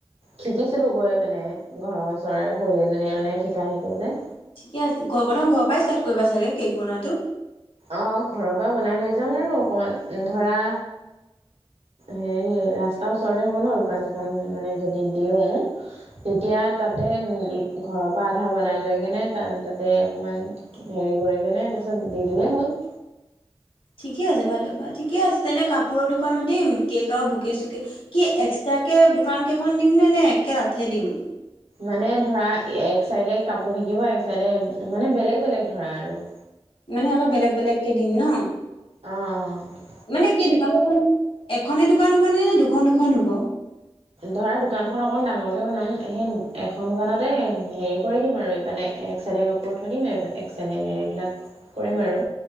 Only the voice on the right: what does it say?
শিকিছিলোঁ গৈ মানে, ঘৰৰ ওচৰৰে খুড়ী এজনীয়ে মানে শিকাই থাকে যে।
অঁ ঘৰৰ পৰা বনাই লৈ যাম আৰু অকমান ধৰা হেৰি, ৰাস্তাৰ ওচৰতে হ'ব ন দোঁকান চোকান উ, মানে যদি দিওঁ। তেতিয়া তাতে, ল ঘৰৰ পৰা আধা বনাই লৈ কেনে, তা তাতে অকমান হেৰি কৰি কেনে, তাৰপিছত দি দিলেই হ'ল।
মানে ধৰা, এক চাইডে কাপোৰ থাকিব, এক চাইডে মানে, বেলেগ বেলেগ ধৰা আৰু।
অঁ অঁ অঁ।
ধৰা দোকানখন অকণ ডাঙৰকে বনাম সেই এখন দোকানতে হেৰি কৰি দিম আৰু এইপিনে, এক চাইডে কাপোৰ থৈ দিম এহ এক চাইডে এইবিলাক কৰিম আৰু।